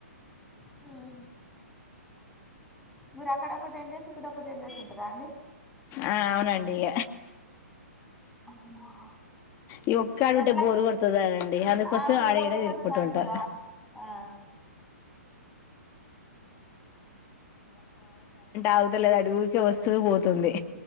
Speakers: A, in the centre; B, on the left.
A: హూ హు మీరు అక్కడ ఒక టెన్ డేస్ ఇక్కడ ఒక టెన్ డేస్ ఉంటారా అండి
B: ఆ అవునండిక
A: మ్మ్.
B: ఈ ఒక్క ఆడు ఉంటే
A: ఎట్లా
B: బోరు కొడుతాదండి అందుకోసం
A: అవును
B: ఆడ
A: బోరు
B: ఈడ
A: కొడుతదండి
B: తిరుకుంట ఉంటా
A: ఇగ ఆ
B: ఆగుతలేదు అడుగుకే వస్తుూ పోతుంది